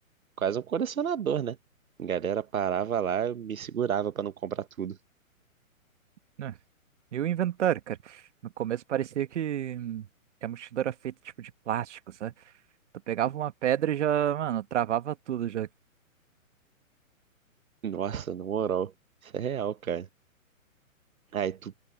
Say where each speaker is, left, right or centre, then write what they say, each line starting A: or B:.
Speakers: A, on the right; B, on the right.
A: quase um colecionador, né? A galera parava lá, eu me segurava pra não comprar tudo.
B: Né? E o inventário, cara? No começo parecia que, hum, que a mochila era feita, tipo, de plástico, sabe? Tu pegava uma pedra e já, mano, travava tudo já,
A: <laughs> Nossa, na moral, isso é real, cara. Aí tu,